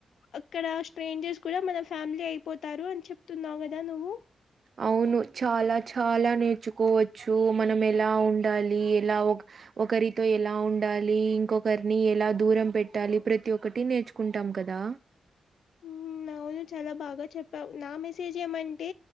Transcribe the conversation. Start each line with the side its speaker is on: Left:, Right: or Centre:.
Left: అక్కడ స్ట్రేంజర్స్ కూడా మన ఫ్యామిలీ అయిపోతారు అని చెప్తున్నావు కదా నువ్వు
Right: అవును చాలా చాలా నేర్చుకోవచ్చు మనం ఎలా ఉండాలి ఎలా ఒ ఒకరితో ఎలా ఉండాలి ఇంకొకరిని ఎలా దూరం పెట్టాలి ప్రతి ఒక్కటి నేర్చుకుంటాం కదా
Left: ఉం న అవును చాలా బాగా చెప్పావ్ నా మెసేజ్ ఏమంటే